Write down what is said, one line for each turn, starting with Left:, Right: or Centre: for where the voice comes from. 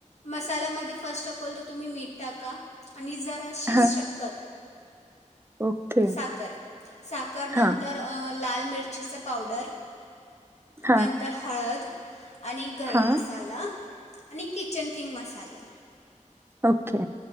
Left: मसालामध्ये फर्स्ट ऑफ ऑल त तुम्ही मीठ टाका आणि जराशीच
Right: हा
Left: शक्कर
Right: ओके
Left: साख साख
Right: हा
Left: नंतर लाल मिरचीचं पावडर
Right: हा
Left: नंतर हद आणि गरम
Right: हा
Left: मसाला आणि किचन किंग मसाला
Right: ओके